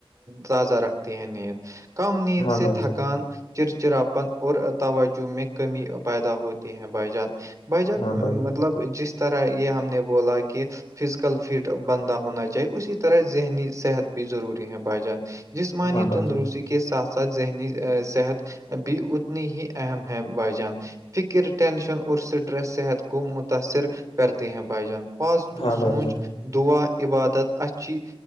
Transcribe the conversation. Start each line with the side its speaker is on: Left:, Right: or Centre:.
Right: تازہ رکھتے ہیں نیند کم نیند
Left: ہاں
Right: سے
Left: بھائی
Right: تھکان
Left: جان
Right: چرچراپن اور توجہ میں کمی پیدا ہوتی ہیں بائی جان بائی جان
Left: ہاں بھائی
Right: مطلب جس طرح یہ ہم نے بولا کہ فزیکل فٹ بندہ ہونا چاہیے اسی طرح ذہنی صحت بھی ضروری ہے بائی جان جسمانی
Left: ہاں بھائی
Right: تندرست
Left: جان
Right: کی کے ساتھ ساتھ ذہنی صحت بھی اتنی ہی اہم ہے بھائی جان فکر ٹینشن اور سٹریس صحت کو متاثر کرتے ہیں بھائی جان پاازٹیو
Left: ہاں بھائی
Right: سونچ
Left: جان
Right: دعا عبادت اچھی